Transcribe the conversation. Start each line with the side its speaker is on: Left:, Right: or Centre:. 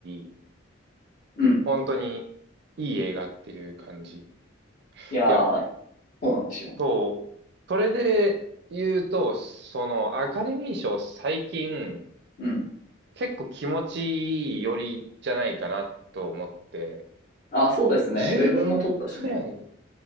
Right: い、
Left: うん。
Right: 本当にいい映画っていう感じ。い
Left: いやー、
Right: や、
Left: そうなんですよ。
Right: そう。それで言うと、その、アカデミー賞最近、
Left: うん。
Right: 結構気持ちいいよりじゃないかなと思って、
Left: あ、そうですね。
Right: 10年くらい、
Left: エベブも取ったしね。